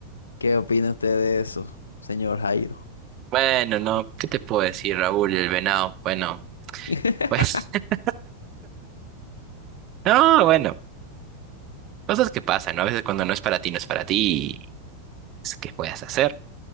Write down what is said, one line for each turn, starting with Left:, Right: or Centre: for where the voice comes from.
Left: ¿Qué opina usted de eso, señor Jairo?
Right: Bueno, no, ¿qué te puedo decir, Raúl, el venado? Bueno,
Left: <laughs>
Right: pues, <laughs> no, bueno, cosas que pasan, ¿no? A veces cuando no es para ti, no es para ti, y es que puedes hacer.